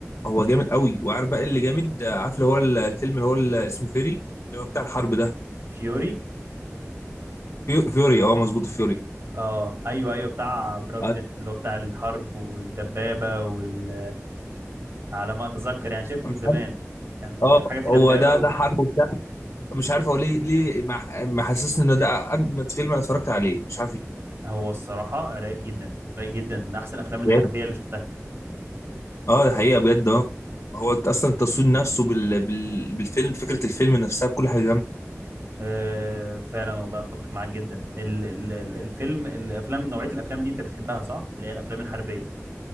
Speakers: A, on the left (about 70°); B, on the right (about 55°).
A: هو جامد قوي وعارف بقى إيه اللي جامد عارف اللي هو الفيلم اللي هو اللي اسمه فيري اللي هو بتاع الحرب ده
B: فيوري
A: فيو- فيوري اه مظبوط فيوري
B: اه ايوه ايوه بتاع براد
A: مش
B: بيت اللي هو بتاع الحرب والدبابه وال... على ما اتذكر يعني شايفه
A: عارف
B: من زمان كان
A: اه
B: كان حاجه في
A: هو
B: دبابه
A: ده ده حرب وبتاع مش عارف هو ليه ليه مح- محسسني ان ده اجمد فيلم انا اتفرجت عليه مش عارف ليه
B: هو الصراحة رايق جدا رايق جدا من أحسن الأفلام الحربية
A: جامد.
B: اللي شفتها
A: اه ده حقيقه بجد اه هو اصلا التصوير نفسه بال... بال... بالفيلم فكره الفيلم نفسها بكل حاجه جامده
B: أه فعلا والله أتفق معاك جدا ال ال ال- الفيلم الأفلام نوعية الأفلام دي أنت بتحبها صح؟ اللي هي الأفلام الحربية